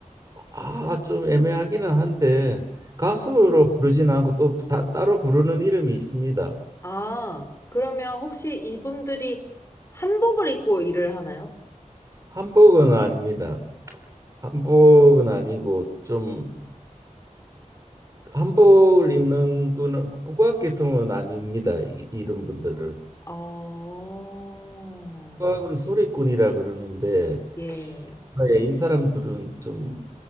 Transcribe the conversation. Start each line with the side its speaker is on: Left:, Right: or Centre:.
Right: 아, 좀 애매하기는 한데 가수로 부르진 않고 또 다, 따로 부르는 이름이 있습니다.
Left: 아, 그러면 혹시 이분들이 한복을 입고 일을 하나요?
Right: 한복은 아닙니다. 한복은 아니고 좀 한복을 입는 거는 국악 계통은 아닙니다. 이, 이런 분들을
Left: 어,
Right: 국악은 소리꾼이라 그러는데
Left: 예.
Right: 아, 예, 이 사람들은 좀